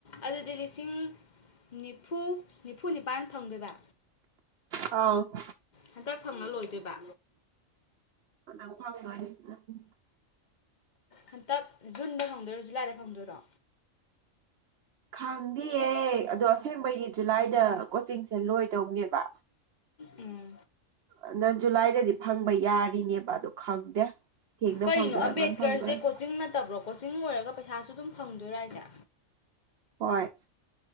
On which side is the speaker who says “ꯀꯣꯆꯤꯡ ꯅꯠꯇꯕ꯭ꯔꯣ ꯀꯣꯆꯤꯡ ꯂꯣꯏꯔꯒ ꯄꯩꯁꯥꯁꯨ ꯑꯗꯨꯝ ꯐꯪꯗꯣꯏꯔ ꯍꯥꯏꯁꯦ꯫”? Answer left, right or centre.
Left